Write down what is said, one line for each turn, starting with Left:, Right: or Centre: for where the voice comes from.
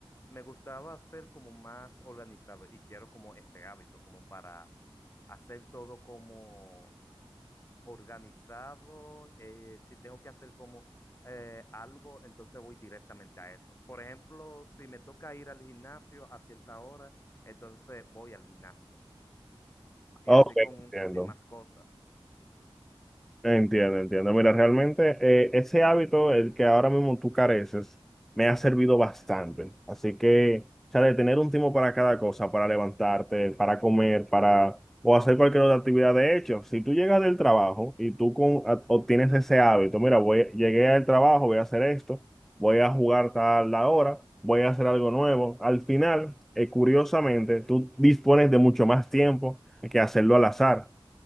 Left: me gustaba ser como más organizado y quiero como ese hábito, como para hacer todo como organizado, eh, si tengo que hacer como eh, algo, entonces voy directamente a eso. Por ejemplo, si me toca ir al gimnasio a cierta hora, entonces voy al gimnasio. Y
Centre: ok,
Left: así con
Centre: entiendo.
Left: demás cosas.
Centre: Entiendo, entiendo. Mira, realmente eh, ese hábito, el que ahora mismo tú careces, me ha servido bastante. Así que, o sea, de tener un tiempo para cada cosa, para levantarte, para comer, para o hacer cualquier otra actividad. De hecho, si tú llegas del trabajo y tú con, a- obtienes ese hábito, mira, voy, llegué al trabajo, voy a hacer esto, voy a jugar tal la hora, voy a hacer algo nuevo. Al final, eh, curiosamente, tú dispones de mucho más tiempo que hacerlo al azar. O